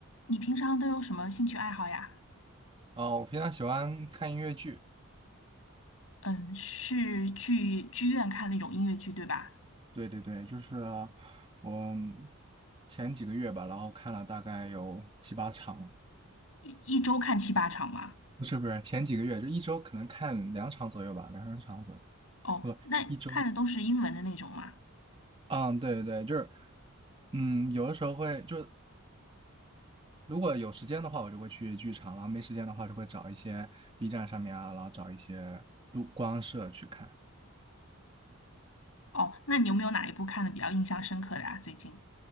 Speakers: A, on the left (about 65°); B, on the right (about 25°).
A: 你平常都有什么兴趣爱好呀？
B: 哦，我平常喜欢看音乐剧，
A: 嗯，是去剧院看那种音乐剧，对吧？
B: 对对对，就是我前几个月吧，然后看了大概有七八场，
A: 一周看七八场吗？
B: 不是不是，前几个月就一周可能看两场左右吧，两三场左右，
A: 哦，
B: 不，
A: 那看的都是英文的那种吗？
B: 一周。嗯，对对对，就是嗯，有的时候会就是如果有时间的话，我就会去剧场，然后没时间的话就会找一些 B 站上面啊，然后找一些录光社去看。
A: 哦，那你有没有哪一部看的比较印象深刻的呀？最近？